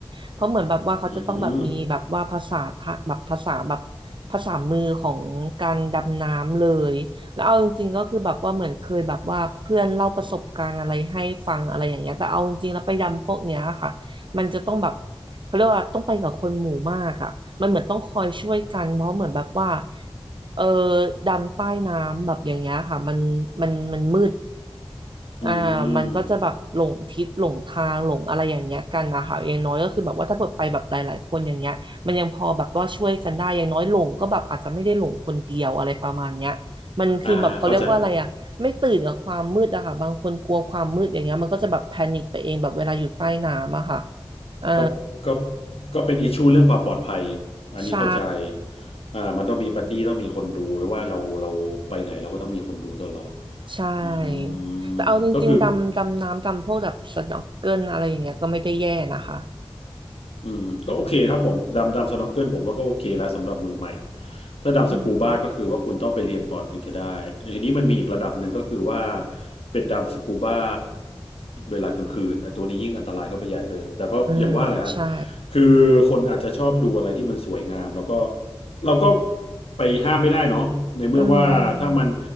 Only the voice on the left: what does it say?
อืม
อืม
อ่าเข้าใจ
ก็ก็ก็เป็นอิชชูเรื่องความปลอดภัย อันนี้เข้าใจ
อ่ามันต้องมีบัดดี้ต้องมีคนดูหรือว่าเราเราไปไหนเราก็ต้องมีคนดูตลอด
อืม
ก็คือ อืมก็โอเคครับผมดำดำสน็อกเกิลผมว่าก็โอเคแล้วสำหรับมือใหม่ถ้าดำสกูบ้าก็คือว่าคุณต้องไปเรียนก่อนถึงจะได้
ทีนี้มันมีอีกระดับหนึ่งก็คือว่าเป็นดำสกูบ้าเวลากลางคืนไอ้ตัวนี้ยิ่งอันตรายเข้าไปใหญ่เลยแต่ก็อย่างว่าแหละฮะ
คือคนอาจจะชอบดูอะไรที่มันสวยงามแล้วก็เราก็ไปห้ามไม่ได้เนาะในเมื่อว่าถ้ามัน